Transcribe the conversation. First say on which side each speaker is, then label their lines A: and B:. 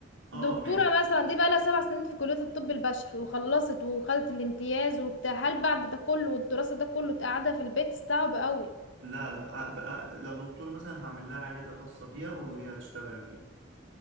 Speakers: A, on the right; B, on the left.
A: اه
B: دكتورة
A: ماشي
B: مثلا دي بقالها سبع سنين في كلية الطب البشري وخلصت وخدت الامتياز وبتاع هل بعد ده كله والدراسة ده كله تقعدها في البيت صعب قوي
A: لا لا ع- بقى لو دكتورة مثلا هعمل لها عيادة خاصة بيها وهي هتشتغل فيها